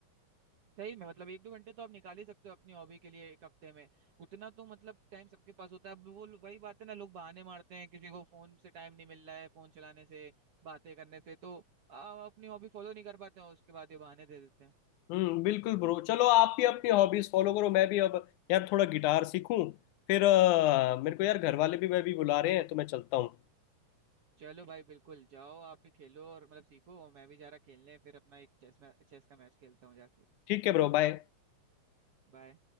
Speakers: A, on the right; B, on the left.
A: सही में मतलब एक दो घंटे तो आप निकाल ही सकते हो अपनी हॉबी के लिए एक हफ्ते में उतना तो मतलब टाइम सबके पास होता है अब वो वही बात है ना लोग बहाने मारते हैं किसी को फोन से टाइम नहीं मिल रहा है फोन चलाने से बातें करने से तो आ, अपनी हॉबी फॉलो नहीं कर पाते हैं उसके बाद ये बहाने दे देते हैं
B: हम्म बिल्कुल ब्रो चलो आप भी अपनी हॉबीज फॉलो करो मैं भी अब यार थोड़ा गिटार सीखूं फिर अ, मेरे को यार घर वाले भी मैं भी बुला रहे हैं तो मैं चलता हूँ
A: चलो भाई बिल्कुल जाओ आप भी खेलो और मतलब सीखो और मैं भी जा रहा खेलने फिर अपना एक चेस में चेस का मैच खेलता हूँ जाके
B: ठीक है ब्रो बाय
A: बाय